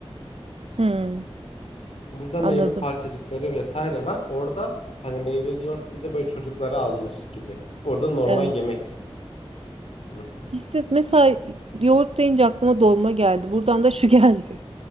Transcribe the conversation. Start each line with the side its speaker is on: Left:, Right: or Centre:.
Right: Hmm,
Left: Burada
Right: anladım.
Left: meyve parçacıkları vesaire var. Orada hani meyveli yoğurt bize böyle çocuklara alınır gibi. Orada normal
Right: Evet.
Left: yemek yani. Hı hı.
Right: İşte mesela yoğurt deyince aklıma dolma geldi. Buradan da şu <laughs> geldi.